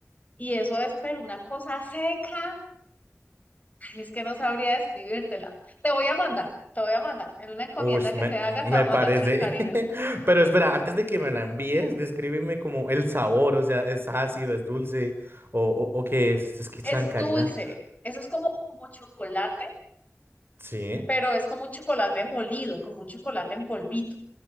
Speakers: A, on the left; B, on the right.
A: y eso es, pero una cosa seca. Ay, Es que no sabría describírtela. Te voy a mandar, te voy a mandar. En una encomienda
B: Uy,
A: que
B: me,
A: te haga,
B: me
A: te voy a
B: parece.
A: mandar chancarina.
B: <laughs> Pero espera, antes de que me la envíes, descríbeme como el sabor, o sea, ¿es ácido, es dulce o, o, o qué es? Es que
A: Es
B: chancarina.
A: dulce, eso es como, como chocolate
B: Sí,
A: pero es como un chocolate molido, como un chocolate en polvito,